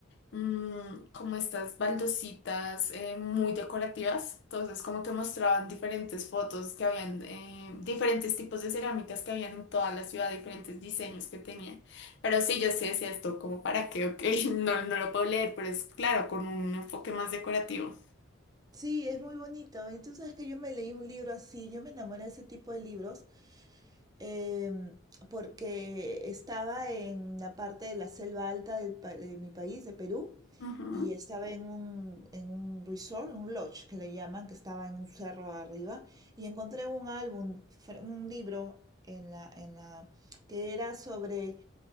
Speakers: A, on the left; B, on the right.
A: mm, como estas baldositas eh, muy decorativas. Entonces, como que mostraban diferentes fotos que habían, eh, diferentes tipos de cerámicas que habían en toda la ciudad, diferentes diseños que tenían. Pero sí, yo sí decía esto, como para qué, ok, <laughs> no, no lo puedo leer, pero es claro, con un enfoque más decorativo.
B: Sí, es muy bonito. Y tú sabes que yo me leí un libro así, yo me enamoré de ese tipo de libros em, porque estaba en la parte de la selva alta del pa- de mi país, de Perú,
A: Ujú.
B: y estaba en un, en un resort, un lodge que le llaman, que estaba en un cerro arriba, y encontré un álbum, fre- un libro en la, en la, que era sobre,